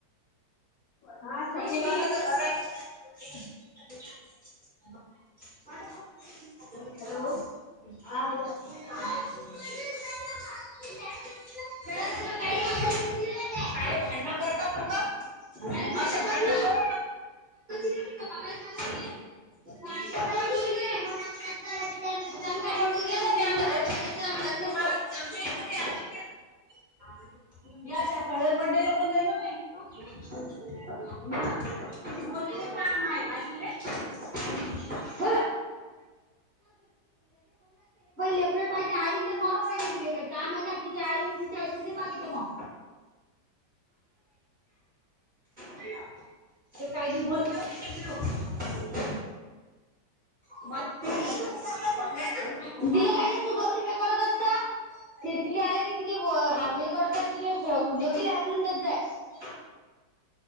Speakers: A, on the left; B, on the right.
A: हा छकुली
B: याच्या बापाच घर आहे का. <inaudible> <inaudible> <inaudible> <inaudible> कायले
A: हॅलो
B: भांडण
A: हा बोल
B: करता. पोरग आस भांडण करू नको. काय म्हणली माहितीय का मलाही चालत नाही भांडी धुवायला कोणी नाय आहे. <inaudible> याच्या <inaudible> बड्डेला कोण जाईल ग बाई ती बोलली. <inaudible> तुझं काम हे. माहीत तुले. <inaudible> लेकराला पाही. आलीन ते मारू राहिली ती <inaudible> काम आहे का तीजे आईले तीजे आयले दे मागेल ते म. <inaudible> ते काय बी बोल पियू बेटा पियू <inaudible> भक्ती. तिला काय नाही तू गौरी लई करत असत. अरे तिले आले की तिले हे करत तीले दोघीलाही हाकलून देत जाई.